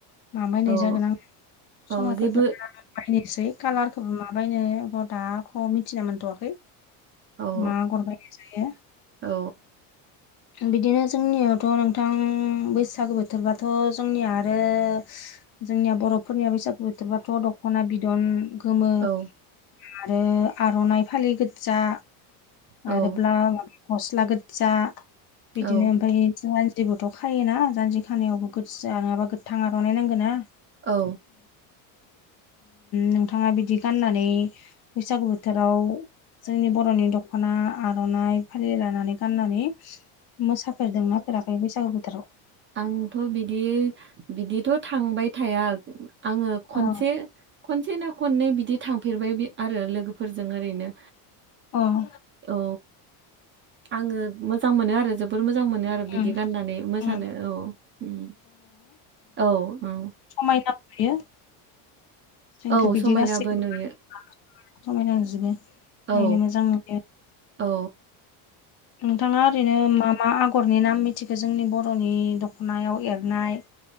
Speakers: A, on the left; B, on the right.
A: मा बायनाय
B: औ
A: जागोन आं
B: औ
A: समा
B: जेबो
A: फैग्रो बायनोसै कालारखौबो माबायनो ओ दाएख' मिथिना मोनथ'वाखै।
B: औ
A: मा आगर बानायनाय जायो
B: औ
A: बिदिनो जोंनिआवथ' नोंथां बैसागो बोथोरबाथ' जोंनिआ आरो हो जोंनिआ बर'फोरनिआ बैसागु बोथोरबाथ' दख'ना बिदन गोमो
B: औ
A: आरो आर'नाइ फालि गोदजा
B: औ
A: आरोब्ला गस्ला गोदजा बिदिनो
B: औ
A: ओमफाय जेबोथ' खायोना जान्जि खानायावबो गोदजा नङाबा गोथां आर'नाइ नांगोन ना
B: औ
A: नोंथाङा बिदि गाननानै बैसागु बोथोराव जोंनि बर'नि दख'ना आर'नाइ फालि लानानै गननानै मोसाफेरदों ना फेराखै बैसागु बोथोराव
B: आंथ' बिदि बिदिथ' थांबाय थाया आङो खोनसे
A: अ
B: खनसे ना खननै बिदि थांफेरबाय बि आरो लोगोफोरजों ओरैनो
A: अ
B: औ आङो मोजां मोनो आरो जोबोद मोजां मोनो आरो बिदि
A: उम
B: गाननानै मो मोसानो
A: उम
B: औ उम औ उम
A: समायनाबो नुयो जोंखौ
B: औ
A: बिदि
B: समायनाबो
A: गासैखौबो
B: नुयो
A: समायना नुजोबो नायनो
B: औ
A: मोजां नुयो
B: औ
A: नोंथांआ ओरैनो मा मा आगरनि नाम मिथिखौ जोंनि बर'नि दख'नायाव एरनाय